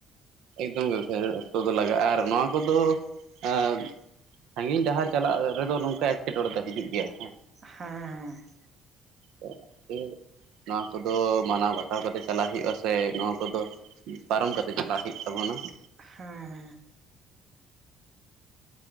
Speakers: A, on the right; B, on the right.
A: ᱮᱠᱫᱚᱢ ᱜᱚᱝᱠᱮ ᱚᱠᱛᱚ ᱫᱚ ᱞᱟᱜᱟᱜᱼᱟ ᱟᱨ ᱱᱚᱣᱟ ᱠᱚᱫᱚ ᱮ ᱥᱟᱺᱜᱤᱧ ᱰᱟᱦᱟᱨ ᱪᱟᱞᱟᱜ ᱨᱮᱫᱚ ᱱᱚᱝᱠᱟ ᱮᱴᱠᱮᱴᱚᱬᱮ ᱫᱚ ᱦᱤᱡᱩᱜ ᱜᱮᱭᱟ ᱦᱮᱸ
B: ᱦᱮᱸ ᱦᱮᱸ
A: <unintelligible>
B: ᱾
A: ᱱᱚᱣᱟ ᱠᱚᱫᱚ ᱢᱟᱱᱟᱣ ᱵᱟᱛᱟᱣ ᱠᱟᱛᱮ ᱪᱟᱞᱟᱜ ᱦᱩᱭᱩᱜᱼᱟ ᱥᱮ ᱱᱚᱣᱟ ᱠᱚᱫᱚ ᱯᱟᱨᱚᱢ ᱠᱟᱛᱮᱜ ᱪᱟᱞᱟᱜ ᱦᱳᱭᱳᱜ ᱛᱟᱵᱚᱱᱟ ᱾
B: ᱦᱮᱸ ᱦᱮᱸ ᱾